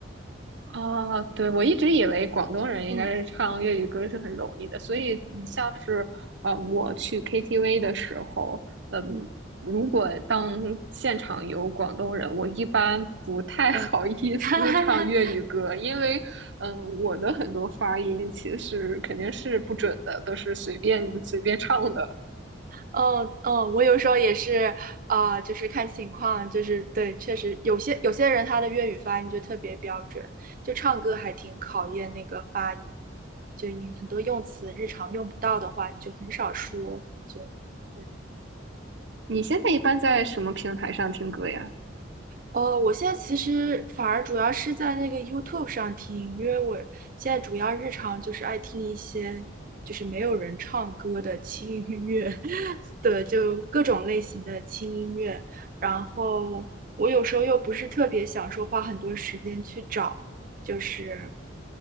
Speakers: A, on the right; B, on the right.
A: 啊，对，我一直以为广东人应该是唱粤语歌是很容易的，
B: 嗯
A: 所以你像是呃，我去 KTV 的时候，嗯，
B: 嗯
A: 如果当现场有广东人，我一般不太好意思唱粤语歌，
B: 嗯，<laughs> 哈哈哈。
A: 因为嗯，我的很多发音其实肯定是不准的，都是随便随便唱的。
B: 嗯嗯，我有时候也是，啊、就是看情况，就是对，确实有些有些人他的粤语发音就特别标准，就唱歌还挺考验那个发音，就你很多用词日常用不到的话，你就很少说，就对
A: 你现在一般在什么平台上听歌呀？
B: 哦，我现在其实反而主要是在那个 YouTube 上听，因为我现在主要日常就是爱听一些就是没有人唱歌的轻音乐，<laughs> 对，就各种类型的轻音乐。然后我有时候又不是特别想说花很多时间去找，就是